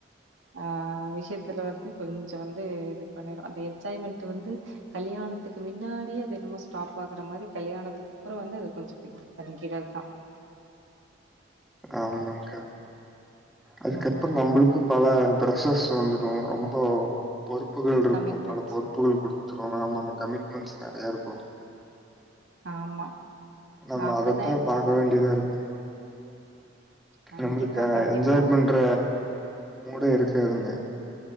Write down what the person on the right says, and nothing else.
ஆ விஷயத்துல வந்து கொஞ்ச வந்து இது பண்ணிரு அந்த என்ஜாய்மெண்ட் வந்து கல்யாணத்துக்கு மின்னாடியே அது என்னமோ ஸ்டாப் ஆகுற மாரி கல்யாணத்துக்கப்றோ வந்தது கொஞ்ச <unintelligible> தங்கிடத் தா
ம்ஹ்ம்.
கமிட்மெண்ட்ஸ்.
ஆமா.
அப்படிதான்
எல்லாம்
இரு
கண்டிப்பா,
கண்டிப்பா.